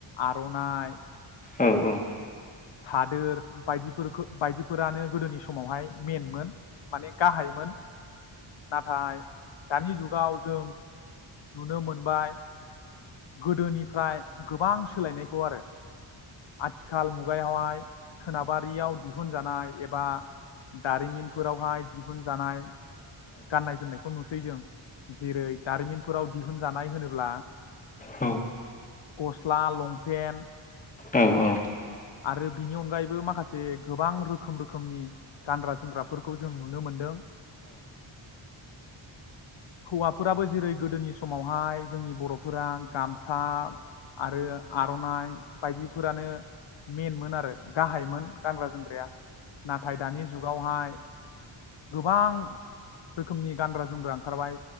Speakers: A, on the left (about 65°); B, on the left (about 15°).
A: आर'नाइ
B: औ औ
A: सादोर बायदिफोरखौ बायदिफोरानो गोदोनि समावहाय मेइनमोन। माने गाहायमोन नाथाय दानि जुगाव जों नुनो मोनबाय गोदोनिफ्राय गोबां सोलायनायखौ आरो आथिखाल मुगायाव मुगायावहाय सोनाबारियाव दिहुनजानाय एबा दारिमिनफोरावहाय दिहुन जानाय गाननाय जोमनायखौ नुसै जों जेरै दारिमिनफोराव दिहुनजानाय होनोब्ला
B: औ
A: गस्ला लंफेन्ट
B: औ औ
A: आरो बिनि अनगायैबो माखासे गोबां रोखोम रोखोमनि गानग्रा जोमग्राफोरखौ जों नुनो मोनदों हौवाफोराबो जेरै गोदोनि समावहाय जोंनि बर' फोरा गामसा आरो आरनाइ बायदिफोरानो मेन मोन आरो गाहाइमोन गानग्रा जोमग्राया नाथाय दानि जुगावहाय गोबां रोखोमनि गानग्रा जोमग्रा ओंखारबाय